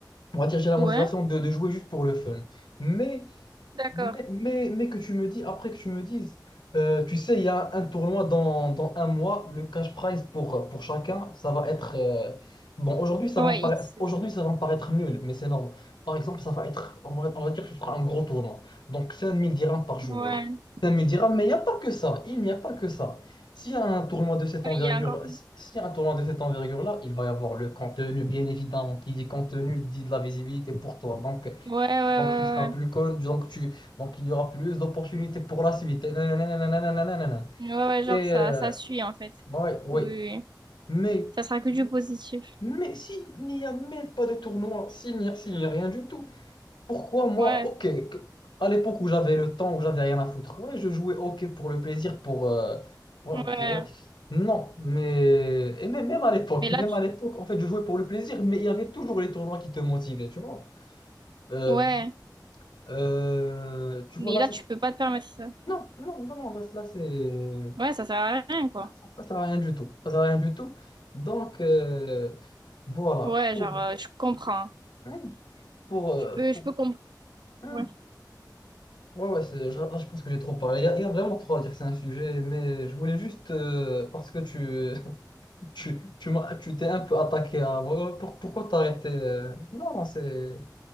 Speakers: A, on the left; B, on the right.
A: on va dire j'ai la
B: Ouais.
A: motivation de, de jouer juste pour le fun. Mais
B: D'accord.
A: mais, mais, mais que tu me dis, après que tu me dises, euh, tu sais, il y a un, tournoi dans, dans un mois, le cash prize pour, pour chacun, ça va être... euh, bon, aujourd'hui, ça
B: Ouais,
A: va me paraître,
B: X.
A: aujourd'hui, ça va me paraître nul, mais c'est énorme. Par exemple, ça va être, on va, on va dire que ce sera un gros tournoi. Donc, 5000 dirhams par joueur.
B: Ouais.
A: cinq mille dirhams, mais il n'y a pas que ça. Il n'y a pas que ça. S'il y a un tournoi de cette
B: Ouais,
A: envergure,
B: il y a encore plus.
A: si- s'il y a un tournoi de cette envergure-là, il va y avoir le contenu, bien évidemment. Qui dit contenu, dit de la visibilité pour toi. Donc,
B: Ouais, ouais, ouais, ouais.
A: donc tu seras plus
B: ouais.
A: con, donc tu, donc il y aura plus d'opportunités pour la suite. Et, nanana, nanana, nanana.
B: Ouais, ouais, genre
A: Et,
B: ça,
A: euh,
B: ça suit en fait.
A: bon, ouais, ouais.
B: Oui, oui. oui.
A: Mais,
B: Ça sera que du positif.
A: mais s'il n'y a même pas de tournoi, s'il n'y a, s'il n'y a rien du tout, pourquoi moi,
B: Ouais,
A: ok, que- à l'époque où j'avais le temps, où j'avais rien à foutre, ouais, je jouais ok pour le plaisir, pour, euh, ouais,
B: ouais.
A: pour- ouais. Non, mais et même, même à l'époque,
B: Mais
A: même
B: là, tu...
A: à l'époque, en fait, je jouais pour le plaisir, mais il y avait toujours les tournois qui te motivaient, tu vois. Euh,
B: ouais.
A: euh, tu vois
B: Mais
A: là,
B: là,
A: c'est-
B: tu peux pas te permettre ça.
A: Non, non, non, non, là, là, c'est...
B: Ouais, ça sert à rien, quoi.
A: Non, ça ça sert à rien du tout. Ça sert à rien du tout. Donc, euh, voilà.
B: Ouais,
A: Pour...
B: genre, euh, je comprends.
A: hmm, Pour, euh,
B: Je peux,
A: pour-
B: je peux comprendre.
A: hmm.
B: Ouais,
A: Ouais, ouais, c'est- je- là, je pense que j'ai trop parlé. Il y a, il y a vraiment trop à dire, c'est un sujet, mais je voulais juste... euh, parce que tu <laughs> tu, tu m'as- tu t'es un peu attaqué à moi. Euh, Pour- pourquoi t'as arrêté euh, Non, non, c'est...